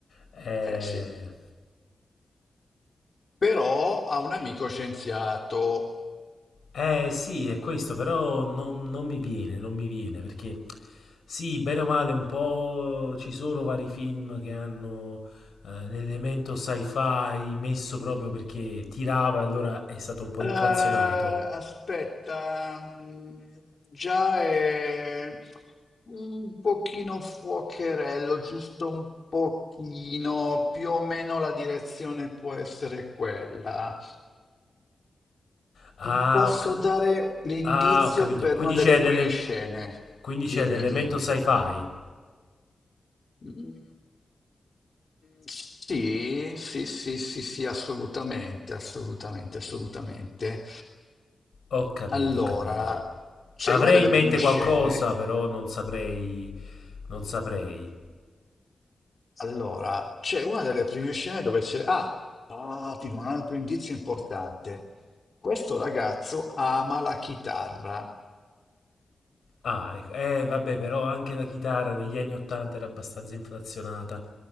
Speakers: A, on the left; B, on the left.
A: Eh,
B: Eh sì, però ha un amico scienziato
A: Eh sì, è questo, però non, non mi viene, non mi viene, perché sì, bene o male, un po' ci sono vari film che hanno eh, l'elemento sci-fi messo proprio perché tirava e allora è stato un po'
B: Eh,
A: inflazionato.
B: aspetta, mm, già è un pochino fuocherello, giusto un pochino, più o meno la direzione può essere quella.
A: Ah,
B: Ti posso
A: ho, ca-
B: dare l'indizio
A: ah, ho capito,
B: per
A: quindi
B: una delle
A: c'è l'ele-
B: prime scene?
A: quindi
B: Dimmi,
A: c'è l'elemento
B: dimmi.
A: sci-fi.
B: Mm, Sì, sì, sì, sì, sì, assolutamente, assolutamente, assolutamente.
A: Ho capito,
B: Allora,
A: ho capito.
B: c'è
A: Avrei
B: una delle
A: in mente
B: prime scene,
A: qualcosa, però non saprei, non saprei.
B: allora, c'è una delle prime scene dove c'è... Ah, ah, ti do un altro indizio importante. Questo ragazzo ama la chitarra.
A: Ah, ecco. Eh, vabbè, però anche la chitarra negli anni 80 era abbastanza inflazionata.